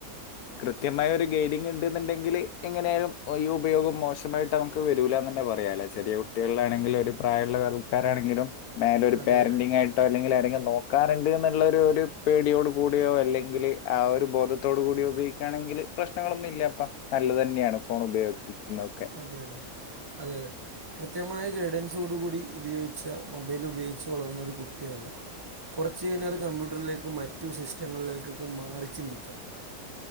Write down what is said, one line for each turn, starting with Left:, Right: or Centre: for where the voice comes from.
Left: കൃത്യമായ ഒരു ഗൈഡിങ് ഉണ്ടെന്നുണ്ടെങ്കിൽ എങ്ങനെയാലും ഈ ഉപയോഗം മോശമായിട്ട് ട്ട് നമുക്ക് വരൂലന്ന് തന്നെ പറയാലേ ചെയ കുട്ടികളാണെങ്കിലും ഒരു പ്രായുള്ള ആൾക്കാരാണെങ്കിലും മേല ഒരു
Right: അതെ
Left: പേരന്റിംഗ
Right: അതെ
Left: ആയിട്ടോ അല്ലെങ്കിൽ ആരെങ്കിലും നോക്കാറുണ്ട് എന്നുള്ള ഒരു പേടിയോട് കൂടിയോ അല്ലെങ്കിൽ ആഹ് ഒരു ബോധത്തോടു കൂടിയോ ഉപയോഗിക്കാണെങ്കിൽ പ്രശ്നങ്ങളൊന്നും ഇല്ലപ്പ നല്ലതന്നെയാണ് ഫോൺ ഉപയോഗിക്കുന്നതൊക്കെ
Right: അതെ അതെ അതെ അതെ കൃത്യമായ ഗൈഡൻസോടുകൂടി ഉപയോഗിച്ച് മൊബൈൽ ഉപയോഗിച്ച് വളർന്നൊരു കുട്ടിയാണ് കുറച്ച് കഴിഞ്ഞാൽ അത് കമ്പ്യൂട്ടറിലേക്കും മറ്റു സിസ്റ്റങ്ങളിലേക്കൊക്കെ മാറിച്ചിന്തിക്കാം